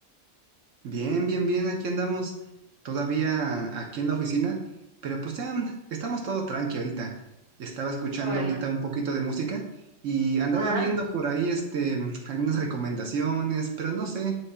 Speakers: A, on the right; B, on the right.
A: Bien, bien, bien, aquí andamos todavía aquí en la oficina, pero pues ya estamos todo tranqui ahorita. Estaba escuchando
B: Ah, Bueno,
A: ahorita un poquito de música y andaba
B: ajá.
A: viendo por ahí este algunas recomendaciones, pero no sé,